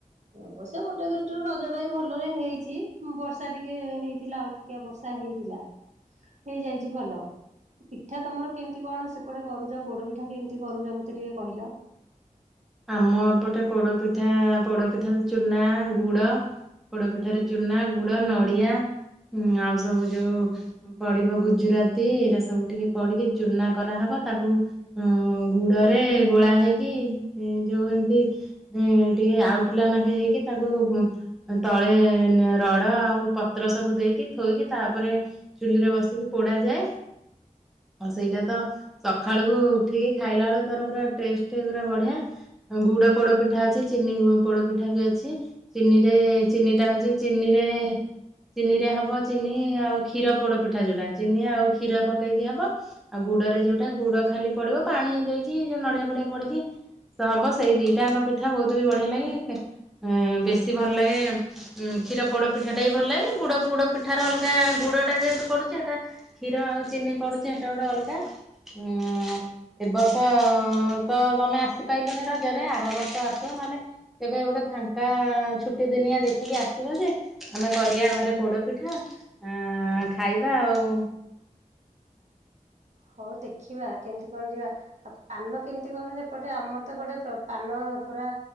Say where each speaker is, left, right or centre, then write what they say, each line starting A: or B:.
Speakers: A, on the right; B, in the centre.
A: ଅବଶ୍ୟ ଗୋଟେ ଦୃଷ୍ଟିରୁ ରଜଟା ବି ଭଲରେ ହେଇଛି। ବର୍ଷା ଟିକେ ହେଇଥିଲା ଅ କିଆ ବର୍ଷା ହେଇଥିଲା, ହେଇଯାଇଛି ଭଲ। ପିଠା ତମର କେମିତି କଣ ସେପଟେ କରୁଛ, ପୋଡ ପିଠା କେମିତି କରୁଛ ମତେ ଟିକେ କହିଲ?
B: ଆମ ଏପଟେ ପୋଡପିଠା, ପୋଡପିଠାରେ ଚୁନା ଗୁଡ଼ ପୋଡ ପିଠାରେ ଚୁନା, ଗୁଡ, ନଡିଆ, ଉଁ ଆଉ ସବୁ ଯୋଉ ପଡିବ ଗୁଜୁରାତି, ଏରା ସବୁ ଟିକେ ପଡିକି ଚୁନା କରାହେବ ତାକୁ ଅଁ ଗୁଡରେ ଗୋଳା ହେଇକି, ଯୋଉ ଏମତି ହୁଁ, ଟିକେ ଆଉଟିଲା ନେଖେ ହେଇକି ତାକୁ ତଳେ ରଡ ଆଉ ପତ୍ର ସବୁ ଦେଇକି, ଥୋଇକି ତାପରେ ଚୁଲିରେ ବସିକି ପୋଡା ଯାଏ। ଅ, ସେଇଟାତ ସକାଳୁକୁ ଉଠିକି ଖାଇଲା ବେଳକୁ ତାର ପୁରା, ଟେଷ୍ଟ ପୁରା ବଢିଆ। ଗୁଡ ପୋଡପିଠା ଅଛି, ଚିନି ପୋଡପିଠା ବି ଅଛି। ଚିନିରେ, ଚିନିଟା ହଉଚି ଚିନିରେ ଚିନିରେ ହବ। ଚିନି ଆଉ କ୍ଷୀର ପୋଡ ପିଠା ଯୋଟା, ଚିନି ଆଉ କ୍ଷୀର ପକେଇକି ହବ। ଆଉ ଗୁଡ଼ରେ ଯେଉଟା, ଗୁଡ଼ ଖାଲି ପଡ଼ିବ। ପାଣି ଦେଇକି ଯୋଉ ନଡ଼ିଆ ଫଡ଼ିଆ ପଡ଼ିକି ତ ହବ। ସେଇ ଦିଟା ଜାକ ପିଠା ବହୁତିବି ବଢିଆ ଲାଗେ। ଏ ବେଶୀ ଭଲ ଲାଗେ ହୁଁ କ୍ଷୀର ପୋଡ ପିଠାଟା ବି ଭଲ ଲାଗେ। ଗୁଡ ପୋଡ ପିଠାର ଅଲଗା, ଗୁଡଟା ଯେହେତୁ ପଡୁଛି ହେଟା କ୍ଷୀର ଆଉ ଚିନି ପଡୁଛି, ହେଟା ଗୋଟେ ଅଲଗା। ଉଁ ଏ ବର୍ଷ ତ ତମେ ଆସି ପାଇଲୁନି ରଜରେ। ଆର ବର୍ଷ ଆସିବ ମାନେ କେବେ ଗୋଟେ ଫାଣ୍ଟା ଛୁଟିଦିନିଆ ଦେଖିକି ଆସିବ ଯେ ଆମେ କରିଆ ଘରେ ପୋଡ଼ପିଠା ଆଁ ଖାଇବା ଆଉ।
A: ହଉ ଦେଖିବା, କେମିତି କଣ ଯିବା। ଆଉ ପାନ କେମିତି କଣ ସେପଟେ, ଆମର ତ ଗୋଟେ ପାନ ପୁରା